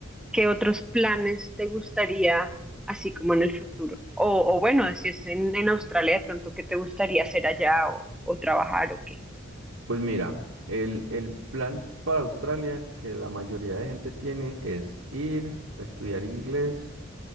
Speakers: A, in the centre; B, on the right (about 70°).
A: ¿qué otros planes te gustaría así como en el futuro? O, o bueno, si es en, en Australia de pronto, ¿qué te gustaría hacer allá o, o trabajar o qué?
B: Pues mira, el, el plan para Australia que la mayoría de gente tiene es ir a estudiar inglés